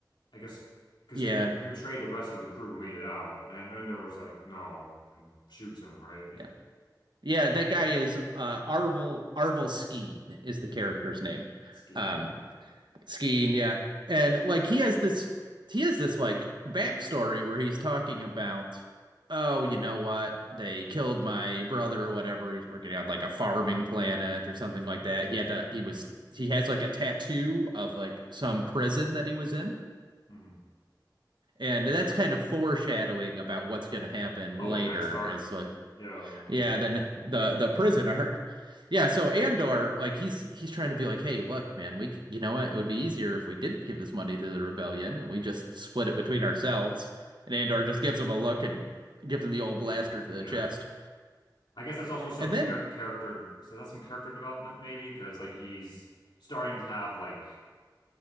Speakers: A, on the left (about 80°); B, on the right (about 80°).
A: I guess, because
B: Yeah.
A: he would trade the rest of the crew who made it out, and Andor was like, "No," and shoots him right.
B: Yeah. Yeah, that guy is uh Arvel Arvel Skeen is the character's name.
A: <laughs> Skiing.
B: Um
A: Okay.
B: Skiing, yeah. And like he has this he has this like backstory where he's talking about, oh, you know what? They killed my brother or whatever. He was working on like a farming planet or something like that. He had to he was he has like a tattoo of like some prison that he was in.
A: hmm
B: And that's kind of foreshadowing about what's going to happen
A: Oh,
B: later
A: the next arc.
B: is like
A: Yeah,
B: yeah, then the the prison arc. Yeah, so Andor, like he's he's trying to be like, hey, look, man, we you know what? It would be easier if we did not give this money to the rebellion and we just split it between ourselves. And Andor just gives him a look and gives him the old blaster to
A: yeah.
B: the chest.
A: I guess that's also some
B: And then,
A: char character. So that's some character development maybe, because like he's starting to have like